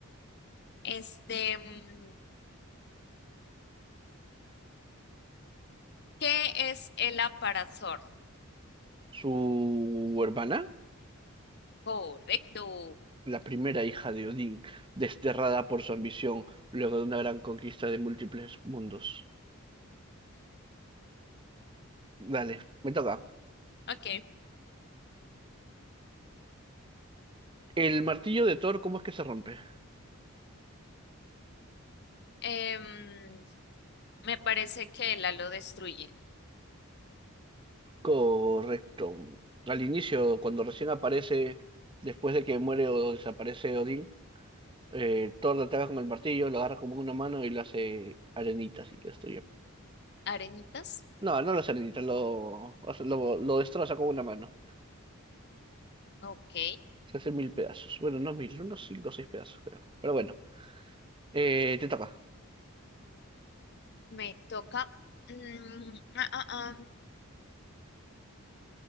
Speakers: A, on the left; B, on the right.
A: Este, mm, ¿qué es Hela para Thor?
B: Su hermana,
A: Correcto.
B: la primera hija de Odín, desterrada por su ambición luego de una gran conquista de múltiples mundos. Dale, me toca.
A: Ok.
B: El martillo de Thor, ¿cómo es que se rompe?
A: Em, me parece que Hela lo destruye.
B: Correcto. Al inicio, cuando recién aparece, después de que muere o desaparece Odín, eh, Thor le ataca con el martillo, lo agarra como una mano y lo hace arenitas y lo destruye.
A: ¿Arenitas?
B: No, no lo hace arenitas, lo, hace- lo, lo destroza con una mano.
A: Ok.
B: Se hace mil pedazos. Bueno, no mil, unos cinco o seis pedazos, creo. Pero bueno, eh, te toca.
A: Me toca. mm, ah, ah, ah,